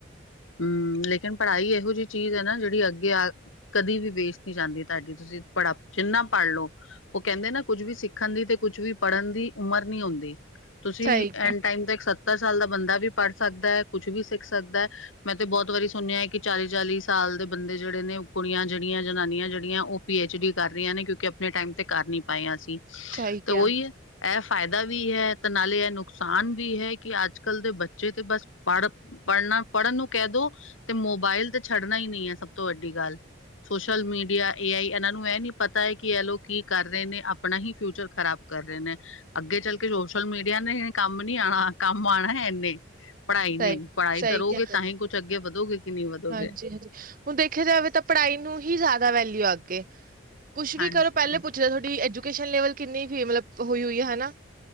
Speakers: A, on the left (about 85°); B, on the right (about 45°).
A: ਹਮ ਲੇਕਿਨ ਪੜ੍ਹਾਈ ਇਹੋ ਜਿਹੀ ਚੀਜ਼ ਹੈ ਨਾ ਜਿਹੜੀ ਅੱਗੇ ਆ ਕਦੀ ਵੀ ਵੇਟ ਨੀ ਜਾਂਦੀ ਤੁਹਾਡੀ ਤੁਸੀ ਪੜਾ ਜਿੰਨਾ ਪੜ੍ਹ ਲਓ। ਉਹ ਕਹਿੰਦੇ ਨਾ ਕੁੱਝ ਵੀ ਸਿੱਖਣ ਦੀ ਤੇ ਕੁੱਝ ਵੀ ਪੜ੍ਹਨ ਦੀ ਉਮਰ ਨੀ ਹੁੰਦੀ। ਤੁਸੀਂ
B: ਸਹੀ ਕਿਹਾ,
A: ਐਂਡ ਟਾਈਮ ਤੋਂ ਇੱਕ ਸੱਤਰ ਸਾਲ ਦਾ ਬੰਦਾ ਵੀ ਪੜ੍ਹ ਸਕਦਾ ਕੁਛ ਵੀ ਸਿੱਖ ਸਕਦਾ। ਮੈਂ ਤੇ ਬਹੁਤ ਵਾਰੀ ਸੁਣਿਆ ਕਿ ਚਾਲੀ-ਚਾਲੀ ਸਾਲ ਦੇ ਬੰਦੇ ਜਿਹੜੇ ਨੇ ਕੁੜੀਆ ਜਿਹੜੀਆ ਜਨਾਨੀਆ ਜਿਹੜੀਆਂ ਉਹ ਪੀ ਐ ਡੀ ਕਰ ਰਹੀਆ ਨੇ ਕਿਉਂਕਿ ਆਪਣੇ ਟਾਈਮ ਤੇ ਕਰ ਨੀ ਪਾਈਆ ਸੀ
B: ਸਹੀ
A: ਤੇ
B: ਕਿਹਾ,
A: ਉਹੀ ਇਹ ਫਾਇਦਾ ਵੀ ਹੈ ਤੇ ਨਾਲੇ ਇਹ ਨੁਕਸਾਨ ਵੀ ਹੈ ਕਿ ਅੱਜ ਕੱਲ ਦੇ ਬੱਚੇ ਤੇ ਬੱਸ ਪੜ੍ਹ ਪੜ੍ਹਨਾ ਪੜ੍ਹਨ ਨੂੰ ਕਹਿ ਦੋ ਤੇ ਮੋਬਾਇਲ ਤੇ ਛੱਡਣਾ ਹੀ ਨੀ ਹੈ ਸਭ ਤੋਂ ਵੱਡੀ ਗੱਲ। ਸੋਸ਼ਲ ਮੀਡੀਆ, ਏ ਆਈ ਇਹਨਾਂ ਨੂੰ ਇਹ ਨੀ ਪਤਾ ਹੈ ਕਿ ਇਹ ਲੋ ਕੀ ਕਰ ਰਹੇ ਨੇ ਆਪਣਾ ਹੀ ਫਿਊਚਰ ਖ਼ਰਾਬ ਕਰ ਰਹੇ ਨੇ ਅੱਗੇ ਚੱਲ ਕੇ ਸੋਸ਼ਲ ਮੀਡੀਆ ਨੇ ਕੰਮ ਨੀ ਆਣਾ ਕੰਮ ਆਣਾ ਹੈ ਇੰਨੇ। ਪੜ੍ਹਾਈ
B: ਸਹੀ
A: ਨੇ ਪੜ੍ਹਾਈ
B: ਸਹੀ
A: ਕਰੋਗੇ
B: ਕਿਹਾ,
A: ਤਾਂ ਹੀ ਕੁੱਛ ਅੱਗੇ ਵਧੋਗੇ। ਕਿ ਨਹੀਂ ਵਧੋਗੇ।
B: ਹਾਂਜੀ-ਹਾਂਜੀ ਹੁਣ ਦੇਖਿਆ ਜਾਵੇ ਤਾਂ ਪੜ੍ਹਾਈ ਨੂੰ ਹੀ ਜਾਦਾ ਵੈਲਿਊ ਹੈ ਅੱਗੇ। ਕੁਛ ਵੀ
A: ਹਾਂਜੀ।
B: ਕਰੋ ਪਹਿਲੇ ਪੁੱਛ ਲ ਤੁਹਾਡੀ ਐਜੂਕੇਸ਼ਨ ਲਵਲ ਕਿੰਨੀ ਮਤਲਬ ਹੋਈ-ਹੋਈ ਹੈ ਹਨਾ।